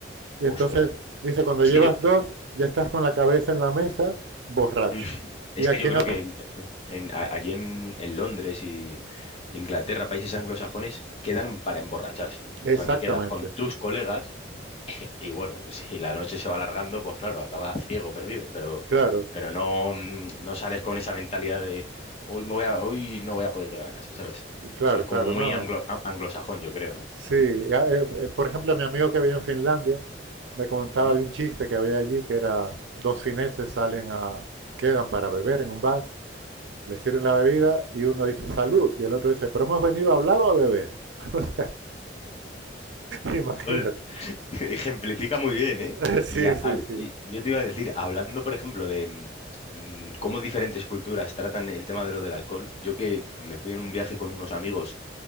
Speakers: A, on the right (about 70°); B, on the left (about 30°).
A: Y
B: Ostras,
A: entonces dice, cuando
B: es
A: llevas
B: que yo,
A: dos, ya estás con la cabeza en la mesa, borracho.
B: <laughs> es
A: Y aquí
B: que yo
A: en,
B: creo
A: Ap-
B: que en- en- a- allí en, en Londres y Inglaterra, países anglosajones, quedan para emborracharse. Y
A: exactamente,
B: tú aquí quedas con tus colegas. <laughs> Y bueno, si la noche se va alargando, pues claro, acabas ciego, perdido, pero,
A: claro,
B: pero no, mm, no sales con esa mentalidad de hoy me voy a, hoy no voy a poder llegar a casa, ¿sabes?
A: claro,
B: Eso es como
A: claro,
B: muy
A: no,
B: anglo-
A: no.
B: a- anglosajón, yo creo, ¿no?
A: Sí, ya, eh, eh, por ejemplo, mi amigo que había en Finlandia me contaba
B: ¿Mm?
A: de un chiste que había allí, que era dos fineses salen a, quedan para beber en un bar. Le sirven la bebida y uno dice salud y el otro dice, pero hemos venido a hablar o a beber. <laughs> Imagínate.
B: Ol- <laughs> Ejemplifica muy bien, ¿eh?
A: <laughs> sí,
B: Y, a-
A: sí,
B: a-
A: sí.
B: y yo te iba a decir, hablando, por ejemplo, de mm, cómo diferentes culturas tratan el tema de lo del alcohol, yo que me fui en un viaje con unos amigos,